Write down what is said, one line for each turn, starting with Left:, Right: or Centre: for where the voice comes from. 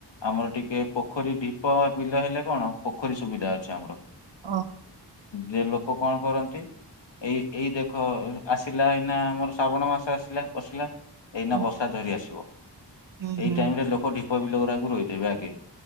Left: ଆମର ଟିକେ ପୋଖରୀ ଢିପ ବିଲ ହେଲେ କଣ ପୋଖରୀ ସୁବିଧା ଅଛି ଆମର।
Right: ଓ
Left: ଯେ ଲୋକ କଣ କରନ୍ତି। ଏଇ ଏଇ ଦେଖ ଆସିଲା ଏଇନା ଆମର ଶ୍ରାବଣ ମାସ ଆସି ପସିଲା, ଏଇନା
Right: ହୁଁ
Left: ବର୍ଷା ଝରି ଆସିବ।
Right: ହୁଁ
Left: ଏଇ
Right: ହୁଁ।
Left: ଟାଇମ ରେ ଲୋକ ଢି ପ ବିଲ ଗୁରାକୁ ରୋଇଦେବେ ଆଗେ।